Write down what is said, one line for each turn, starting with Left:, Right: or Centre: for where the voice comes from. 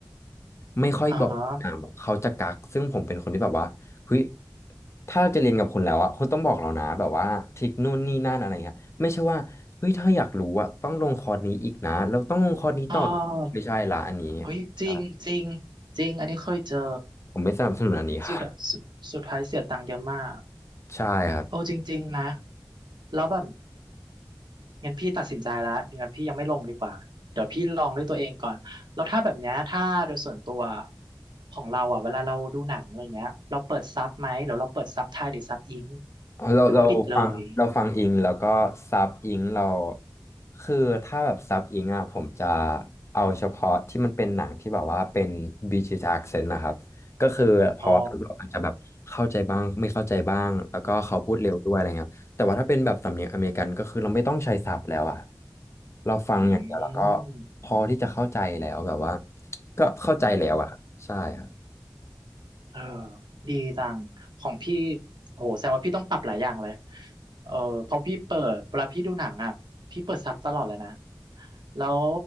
Left: ไม่ค่อยบอกอ่าแบบเขาจะกักซึ่งผมเป็นคนที่แบบว่าเฮ้ย
Right: อ๋อ
Left: ถ้าเราจะเรียนกับคุณแล้วอ่ะคุณต้องบอกเรานะแบบว่าทริคนู่นนี่นั่นอะไรเงี้ยไม่ใช่ว่าเฮ้ยถ้าอยากรู้อ่ะต้องลงคอร์สนี้อีกนะแล้วต้องลงคอร์สนี้ต่อ
Right: อ๋อ
Left: ไม่ใช่ละอันนี้
Right: เฮ้ยจริงจริง
Left: ใช่
Right: จริงอันนี้เคยเจอ
Left: ผมไม่สนับสนุนอันนี้ครับ
Right: สุดสุดสุดท้ายเสียตังค์เยอะมาก
Left: ใช่ครับ
Right: โอ้จริงๆนะแล้วแบบ งั้นพี่ตัดสินใจแล้วเดี๋ยวพี่ยังไม่ลงดีกว่าเดี๋ยวพี่ลองด้วยตัวเองก่อนแล้วถ้าแบบเนี้ยถ้าโดยส่วนตัวของเราอ่ะเวลาเราดูหนังอะไรเงี้ยเราเปิดซับไหมหรือเราเปิดซับไทยหรือซับอิง
Left: อ๋อเราเราฟังเราฟังอิงแล้วก็ซับอิงเรา
Right: หรือว่าปิดเลย
Left: คือถ้าแบบซับอิงอ่ะผมจะเอาเฉพาะที่มันเป็นหนังที่แบบว่าเป็น British accent นะครับก็คือเพราะว่าเราอาจจะแบบเข้าใจบ้างไม่เข้าใจบ้างแล้วก็เขาพูดเร็วด้วยอะไรเงี้ยแต่ว่าถ้าเป็นแบบสำเนียงอเมริกันก็คือเราไม่ต้องใช้ซับแล้วอ่ะ
Right: อ๋อ
Left: เราฟังอย่างเดียวแล้วก็
Right: อืม
Left: พอที่จะเข้าใจแล้วแบบว่าก็เข้าใจแล้วอ่ะครับใช่ครับ
Right: เออดีจังของพี่โหแสดงว่าพี่ต้องปรับหลายอย่างเลยเออเพราะพี่เปิดเวลาพี่ดูหนังอ่ะพี่เปิดซับตลอดเลยนะแล้ว